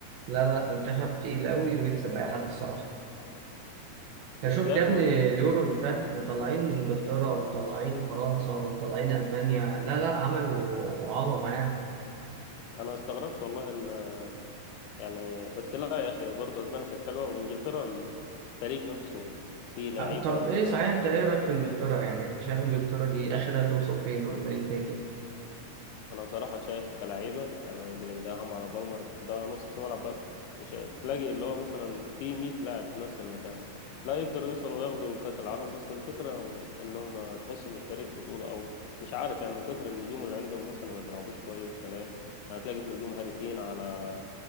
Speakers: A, on the right; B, on the left.
A: لا لا منتخب تقيل قوي ويكسب أي حد الصراحة
B: بس
A: أنت شفت
B: يا
A: يا
B: اخي
A: ابني
B: برضه
A: اليورو اللي فات مطلعين إنجلترا ومطلعين فرنسا ومطلعين ألمانيا لا لا عملوا عظمة يعني.
B: انا استغربت والله ان يعني بس لا يا اخي برضه اسبانيا كانت حلوه وانجلترا الفريق نفسه فيه لعيبه
A: آه، طب ايه صحيح انت ايه رايك في انجلترا يعني انت شايف انجلترا دي اخرها توصل فين ولا ايه الدنيا
B: انا بصراحه شايف كلعيبه يعني بلينجهام على بالمر ده نص ملعب بس مش تلاقي اللي هو مثلا في 100 لاعب في نفس المكان لا يقدروا يوصلوا وياخدوا كاس العالم بس الفكره انهم تحسوا مش فريق بطوله او مش عارف يعني من كتر النجوم اللي عندهم مثلا ما بيلعبوش كويس ولا ايه يعني تلاقي في الهجوم هاري كين على